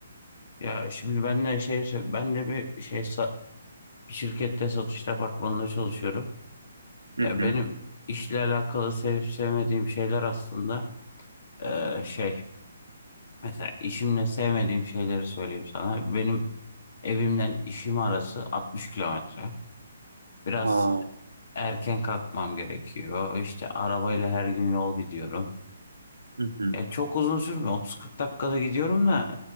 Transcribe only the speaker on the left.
Ya şimdi benle şey benle bir şey sa- bir şirkette satış departmanında çalışıyorum. Ya
benim işle alakalı sevip sevmediğim şeyler aslında e, şey mesela işimle sevmediğim şeyleri söyleyeyim sana. Benim evimden işim arası 60 kilometre. Biraz
erken kalkmam gerekiyor. İşte arabayla her gün yol gidiyorum.
Ya çok uzun sürmüyor. 30-40 dakikada gidiyorum da